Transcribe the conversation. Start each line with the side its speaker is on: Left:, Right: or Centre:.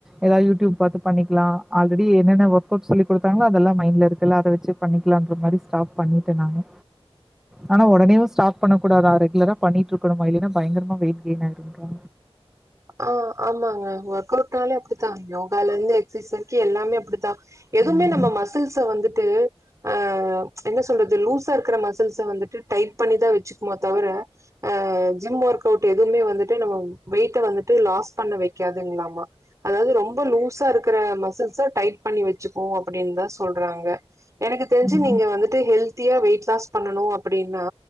Centre: எதாது யூட்யூப் பாத்து பண்ணிக்லா ஆல்ரெடி என்னென்ன ஒர்க்கவுட் சொல்லி குடுத்தாங்ளோ அதல்லா மைண்ட்ல இருக்குல அத வெச்சு பண்ணிக்லாங்ற மாரி ஸ்டாப் பண்ணிட்ட நானே ஆனா ஒடனேவு ஸ்டாப் பண்ண கூடாதா ரெகுலரா பண்ணிட்ருக்கணுமா இல்லினா பயங்கரமா வெயிட் கெயின் ஆய்ருமா
Right: ஆ ஆமாங்க ஒர்க் அவுட்னாலே அப்டித்தா யோகாலருந்து எக்ஸ்ச்சைஸ் வரிக்கு எல்லாமே அப்டிதா எதுமே
Centre: ம்,
Right: நம்ம மசில்ஸ வந்துட்டு அ என்ன சொல்றது லூசா இருக்கிற மசில்ஸ வந்துட்டு டைட் பண்ணிதா வெச்சுக்குமோ தவர ஆ ஜிம் ஒர்க் அவுட் எதுமே வந்துட்டு நம்ம வெய்ட்ட வந்துட் லாஸ் பண்ண வெக்காதுங்ளாமா அதாவ்து ரொம்ப லூசா இருக்குற மசில்ஸ டைட் பண்ணி வெச்சுக்கு அப்டின்தா சொல்றாங்க எனக்கு தெரிஞ்சு
Centre: ம்.
Right: நீங்க வந்துட்டு ஹெல்தியா வெயிட் லாஸ் பண்ணனு அப்டினா